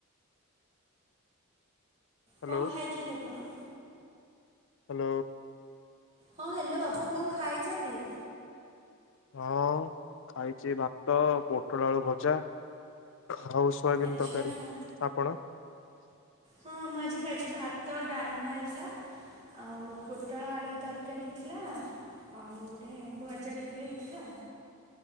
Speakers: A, on the left; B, on the right.
A: ହ୍ୟାଲୋ
B: କଣ ଖାଇଛନ୍ତି ଆପଣ?
A: ହ୍ୟାଲୋ।
B: ହଁ ହ୍ୟାଲୋ ଆପଣ କଣ ଖାଇଛନ୍ତି?
A: ହଁ ଖାଇଛି, ଭାତ ପୋଟଳ ଆଳୁ ଭଜା। ଆଉ ସୋୟାବିନ୍
B: ଆଚ୍ଛା
A: ତରକାରୀ
B: ଆଚ୍ଛା
A: ଆପଣ?
B: ହଁ ମୁଁ ଆଜି ଖାାଇଛି ଭାତ ଡାଲମା ହେଇଥିଲା। ଆଉ ପୋଟଳ ଆଳୁ ତରକାରୀ ହେଇଥିଲା। ଆଉ ଗୋଟେ ଭଯା ଟାଇପର ହେଇଥିଲା।